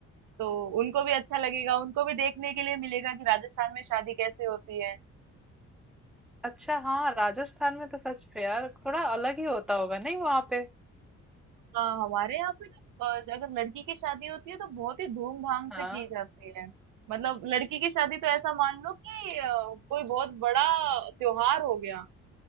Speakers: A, on the right; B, in the centre.
A: तो उनको भी अच्छा लगेगा उनको भी देखने के लिए मिलेगा कि राजस्थान में शादी कैसे होती है
B: अच्छा हाँ राजस्थान में तो सच में यार थोड़ा अलग ही होता होगा नहीं वहां पे
A: अ, हमारे यहाँ पे ना अ, अगर लड़की की शादी होती है तो बहुत ही धूमधाम से
B: हाँ
A: की जाती है मतलब लड़की की शादी तो ऐसा मान लो कि अ, कोई बहुत बड़ा त्योहार हो गया